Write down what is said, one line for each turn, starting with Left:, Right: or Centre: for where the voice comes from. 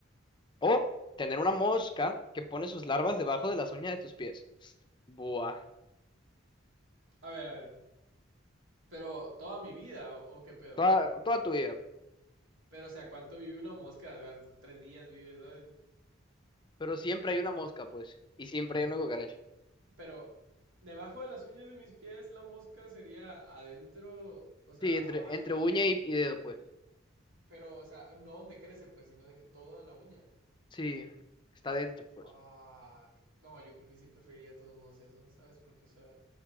Left: o tener una mosca que pone sus larvas debajo de las uñas de tus pies. Buah.
Right: A ver, a ver. Pero toda mi vida, ¿o, o qué pedo?
Left: Toda, toda tu vida.
Right: Pero, o sea, ¿cuánto vive una mosca? O sea, tres días vive, ¿sabes?
Left: Pero siempre hay una mosca, pues. Y siempre hay una cucaracha.
Right: Pero debajo de las uñas de mis pies la mosca sería adentro, o sea,
Left: Sí, entre,
Right: abajo,
Left: entre uña y y dedo, pues.
Right: pero, o sea, no donde crece, pues, sino de que toda la uña.
Left: Sí, está dentro, pues.
Right: Fuck. No, yo creo que sí preferiría de todos modos eso, ¿sabes? Porque, o sea,